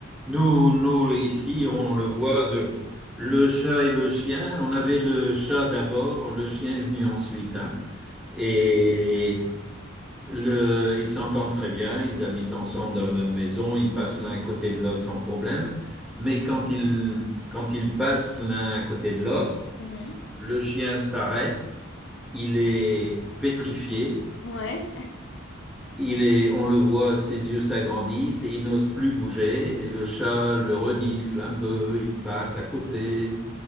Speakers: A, in the centre; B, on the left (about 65°).
A: Nous, nous, ici, on le voit, de, le chat et le chien. On avait le chat d'abord, le chien est venu ensuite. hein. Et Le- ils s'entendent très bien, ils habitent ensemble dans la même maison, ils passent l'un à côté de l'autre sans problème. Mais quand ils, quand ils passent l'un à côté de l'autre,
B: Mhm, mhm.
A: le chien s'arrête, il est pétrifié,
B: Ouais.
A: il est, on le voit, ses yeux s'agrandissent et il n'ose plus bouger. Et le chat le renifle un peu, il passe à côté